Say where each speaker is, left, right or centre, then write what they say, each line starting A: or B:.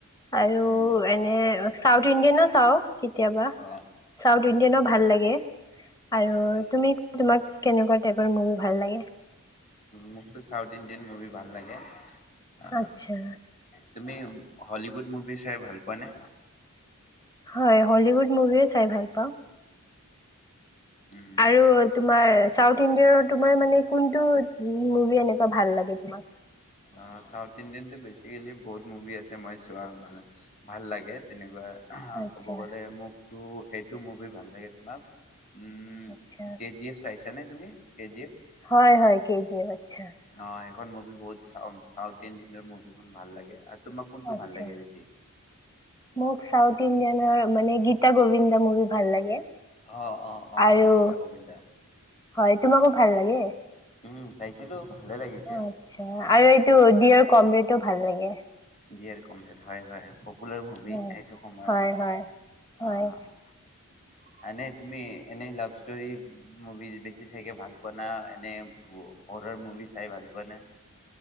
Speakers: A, on the left; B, on the left.
A: আৰু
B: উম
A: এনে সাউথ ইণ্ডিয়ন আছ হ কেতিয়াবা
B: অ
A: চাউথ ইণ্ডিয়ানো
B: উম
A: ভাল লাগে আৰু
B: তাৰপিছত
A: তুমি তোমাক
B: হয়
A: কেনেকোৱা টাইপৰ মুভি ভাল লাগে
B: মোক তো চাউথ ইণ্ডিয়ান মুভি ভাল লাগে আ
A: আচ্ছা
B: তুমি হলিউড মুভি চাই ভাল পোৱাানে
A: হয় হলিউড মুভি ও চাই ভাল পাওঁ
B: উম
A: আৰু তোমাৰ চাউথ ইণ্ডিয়াৰৰ তোমাৰ মানে কোনটো মুভি এনেকু এনেকোৱা ভাল লাগে তোমাক
B: অ চাউথ ইণ্ডিয়ানতো বেচিকেলি বহুত মুভি আছে মই চোৱা ভাল লাগে তেনেকোৱা
A: আচ্ছা
B: ক'ব গ'লে মোক ত' এইটো মুভি ভাল লাগে তোমাক উম
A: আচ্ছা
B: কেজি এফ চাই তে নে তুমি কে জি এফ
A: হয় হয় কেজি এফ আচ্ছা
B: হয় এখন মুভি বহুত চাও চাউথ ইণ্ডিয়ানৰ মুভিখন ভাল লাগে আৰু তোমাক কোনটো
A: আচ্ছা
B: ভাল লাগে বেছি
A: মোক চাউথ ইণ্ডিয়ানৰ মানে গীতা গোবিন্দা মুভি ভাল লাগে
B: অ অ অ
A: আৰু
B: গীতা গোবিন্দা।
A: হয় তোমাকো ভাল লাগে?
B: উম, চাইছিলোঁ ভালে লাগিছে।
A: অ আচ্ছা আৰু এইটো ডিয়ৰ কমৰেড তো ভাল লাগে
B: ডিয়াৰ কমৰেড হয় হয়। পপুলাৰ মুভি
A: হয়
B: এইটো সময়ৰ
A: হয় হয় হয়
B: অহ এনেই তুমি এনেই লাভ ষ্টোৰি মুভি বেছি চাইকে ভাল পোৱা না এনে হৰৰ মুভি চাই ভাল পোৱা নে